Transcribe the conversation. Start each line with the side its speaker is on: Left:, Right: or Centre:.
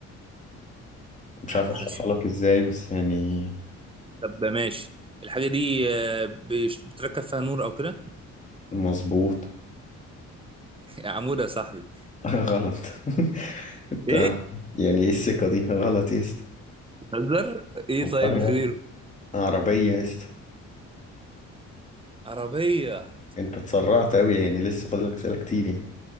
Left: مش
Right: على
Left: عارف اشرحها
Right: حسب
Left: لك ازاي بس يعني
Right: طب ماشي الحاجة دي آه بيش- بتركب فيها نور أو كده
Left: مظبوط
Right: <laughs> يا عمود يا صاحبي
Left: <laughs> غلط <laughs> انت
Right: إيه
Left: يعني ايه الثقة دي غلط يا اسطى
Right: بتهزر إيه
Left: والله
Right: طيب غيره
Left: غلط. عربية يا اسطى
Right: عربية
Left: انت اتسرعت اوي يعني لسه فاضلك اسئلة كتير يعني